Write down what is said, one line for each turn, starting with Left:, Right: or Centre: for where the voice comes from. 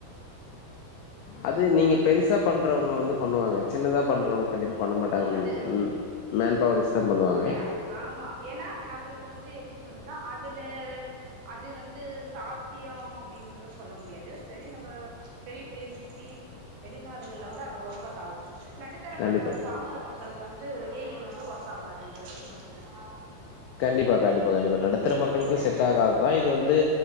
Left: அது நீங்க பெரிசா பண்றவங்க வந்து பண்ணுவாங்க சின்னதா பண்றவங்க கண்டிப்பா பண்ண மாட்டாங்க
Right: அதாவது
Left: ம் ம் மன் பவர் வச்சு தா பண்ணுவாங்க
Right: ஓகே அது ஆமா ஏனா நம்ளுக்கு வந்து எப்டி சொல்றதுன்னா அதுல அது வந்து சாத்தியோ அப்டின்றத சொல்ல முடியாது சரி நம்ப பெரிய பெரிய சிட்டி வெளிநாடுகள்ல வந்து அது ஒர்க்வுட் ஆகு நடுத்தர
Left: கண்டிப்பா
Right: மக்கள் பாமர மக் களுக்கு வந்து ஏ இ வந்து ஒர்காதுன்றது என்னோட கருத்து
Left: கண்டிப்பா கண்டிப்பா கண்டிப்பா நடுத்தர மக்களுக்கு
Right: கரெக்ட் தானே
Left: செட் ஆகாதுதா இது வந்து